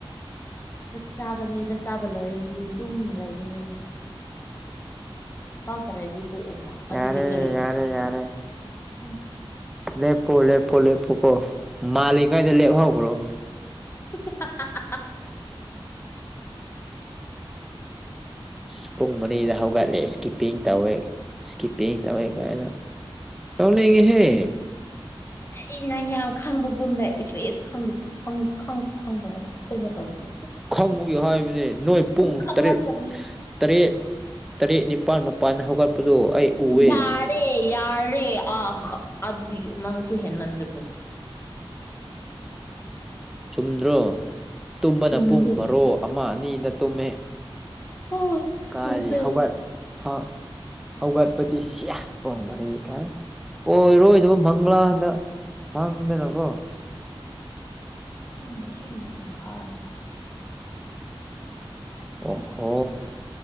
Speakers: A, on the left (about 25°); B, in the centre.
A: ꯆꯥꯛ ꯆꯥꯒꯅꯤ ꯆꯥꯛ ꯆꯥꯕ ꯂꯣꯏꯔꯒꯤ ꯑꯗꯨꯝ ꯂꯩꯒꯅꯤ ꯄꯥꯛꯇꯔꯥꯗꯤ ꯇꯣꯛꯑꯣꯅ ꯑꯗꯨꯗꯤ
B: ꯌꯥꯔꯦ
A: ꯀꯔꯤ
B: ꯌꯥꯔꯦ ꯌꯥꯔꯦ
A: ꯎꯝ
B: ꯂꯦꯞꯄꯣ ꯂꯦꯞꯄꯣ ꯂꯦꯞꯄꯨ ꯀꯣ ꯃꯥꯜꯂꯤꯉꯩꯗ ꯂꯦꯞꯍꯧꯈꯒ꯭ꯔꯣ
A: <unintelligible>
B: ꯏꯁ ꯄꯨꯡ ꯃꯔꯤꯗ ꯍꯧꯒꯠꯂꯦ ꯏꯁꯀꯤꯞꯄꯤꯡ ꯇꯧꯋꯦ ꯏꯁꯀꯤꯞꯄꯤꯡ ꯇꯧꯋꯦ ꯀꯥꯏꯅ ꯅꯣꯛꯅꯤꯡꯉꯦꯍꯦ
A: ꯑꯩ ꯅꯪ ꯌꯥꯝ ꯈꯪꯕꯒꯨꯝꯗ ꯏꯁꯂ ꯏꯁ ꯈꯪꯗ ꯈꯪꯁꯨ ꯈꯪꯗꯕ ꯑꯩꯈꯣꯏꯅ ꯇꯧꯕꯗꯤ
B: ꯈꯪꯕꯒꯤ ꯍꯥꯏꯕꯅꯤ ꯅꯣꯏ ꯄꯨꯡ
A: ꯎꯝ ꯈꯪꯉꯝꯒꯅꯤ
B: ꯇꯔꯦꯠ ꯇꯔꯦꯠ ꯇꯔꯦꯠ ꯅꯤꯄꯥꯜ ꯃꯥꯄꯜ ꯍꯧꯒꯠꯄꯗꯨ ꯑꯩ ꯎꯑꯦ
A: ꯌꯥꯔꯦ ꯌꯥꯔꯦ ꯑꯥ ꯑꯗꯨꯗꯤ ꯅꯪꯁꯨ ꯍꯦꯟ ꯃꯟꯗ
B: ꯆꯨꯝꯗ꯭ꯔꯣ ꯇꯨꯝꯕꯅ
A: ꯆꯨꯝꯗꯦ
B: ꯄꯨꯡ ꯕꯔꯣ ꯑꯃ ꯑꯅꯤꯗ ꯇꯨꯝꯃꯦ
A: ꯑ
B: ꯀꯥꯏꯔꯤ
A: ꯆꯨꯝꯗꯦ
B: ꯍꯧꯒꯠ ꯍꯥ ꯍꯧꯒꯠꯄꯗꯤ ꯆꯤꯌꯥ ꯄꯣꯡ ꯃꯔꯤ ꯀꯥꯏ ꯑꯣꯏꯔꯔꯣꯏꯗꯕ ꯃꯪꯂꯥꯟꯗ ꯃꯪꯗꯅꯀꯣ
A: ꯃꯤꯅ ꯑꯁꯦꯡꯕꯒꯤ ꯍꯥꯥꯏꯔꯒ
B: ꯑꯣꯍꯣ